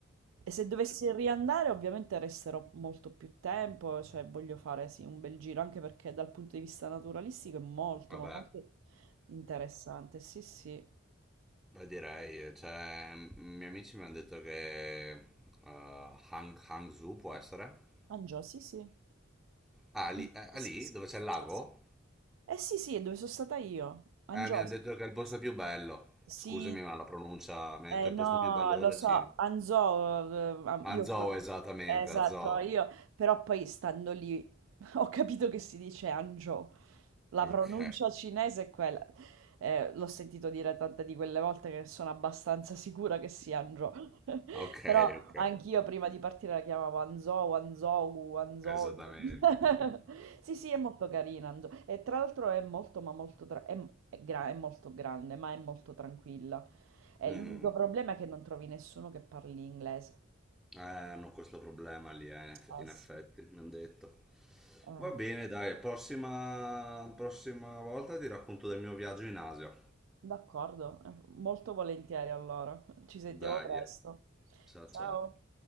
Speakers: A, on the right; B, in the centre.
A: E se dovessi riandare, ovviamente resterò molto più tempo, cioè voglio fare sì, un bel giro, anche perché dal punto di vista naturalistico è molto,
B: Vabbè.
A: ma molto interessante. Sì, sì.
B: Beh, direi, cioè, m- i miei amici mi hanno detto che eh, Hang, Hangzhou può essere?
A: Angio, sì, sì.
B: Ah,
A: Sì,
B: lì, eh,
A: sì,
B: lì,
A: sì,
B: dove c'è il lago?
A: sì, sì. Eh sì, sì, è dove sono stata io, Angiosa.
B: Eh, mi hanno detto che è il posto
A: S-
B: più bello.
A: Sì,
B: Scusami, ma la pronuncia, mi hanno
A: eh
B: detto è il
A: no,
B: posto più bello della
A: lo so,
B: Cina.
A: Anzò, eh, am-
B: Hangzhou,
A: io pure,
B: esattamente,
A: eh, esatto,
B: Hangzhou.
A: io, però poi stando lì <laughs> ho capito che si dice Angiò. La
B: Ok,
A: pronuncia cinese è quella. Eh, l'ho sentito dire tante di quelle volte che sono abbastanza sicura che sia Hangzhou. <laughs>
B: ok,
A: Però
B: ok,
A: anch'io prima di partire la chiamavo Hangzhou, Hangzhou, Hangzhou.
B: esattamente.
A: <laughs> Sì, sì, è molto carina Hangzhou. E tra l'altro è molto, ma molto, tra- è, è gra- è molto grande, ma è molto tranquilla. E
B: Mm.
A: l'unico problema è che non trovi nessuno che parli inglese.
B: Eh, hanno questo problema lì, eh, in eff-
A: Eh
B: in
A: sì.
B: effetti, mi hanno detto.
A: Eh,
B: Va bene, dai, prossima, prossima volta ti racconto del mio viaggio in Asia.
A: D'accordo, eh, molto volentieri allora. Ci sentiamo
B: Dai,
A: presto.
B: eh. ciao
A: Ciao.
B: ciao.